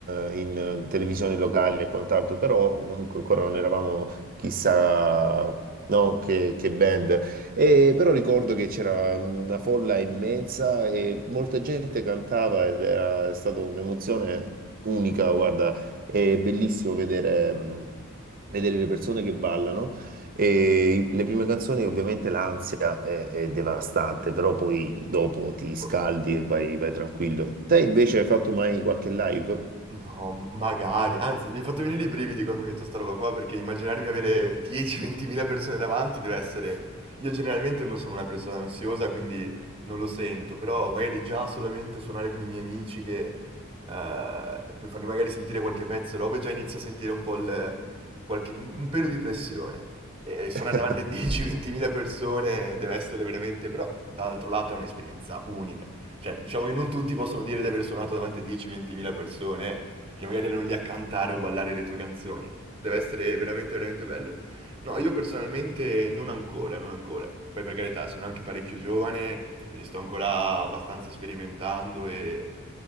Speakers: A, on the right; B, on the right.
A: eh, in televisione locale e quant'altro, però comunque ancora non eravamo chissà no, che, che band. E però ricordo che c'era una folla immensa e molta gente cantava ed era stata un'emozione unica, guarda, è bellissimo vedere, mh, vedere le persone che ballano. E i- le prime canzoni, ovviamente, l'ansia è, è devastante, però poi dopo ti scaldi
B: boh,
A: e vai, vai tranquillo. Te invece hai fatto mai qualche live?
B: No, magari. Anzi, mi hai fatto venire i brividi quando mi hai detto sta roba qua, perché immaginarmi avere 10-20.000 persone davanti deve essere... Io generalmente non sono una persona ansiosa, quindi non lo sento, però magari già solamente suonare con i miei amici che... eh, per farmi magari sentire qualche pezzo, robe, già inizio a sentire un po' il... qualche- un, un pelo di pressione. E, e suonare
A: <laughs>
B: davanti a 10-20.000 persone deve essere veramente... Però, dall'altro lato, è un'esperienza unica. Cioè, diciamo che non tutti possono dire di aver suonato davanti a 10-20.000 persone che magari erano lì a cantare o ballare le tue canzoni. Deve essere veramente, veramente bello. No, io personalmente non ancora, non ancora. Poi per carità, sono anche parecchio giovane, quindi sto ancora abbastanza sperimentando e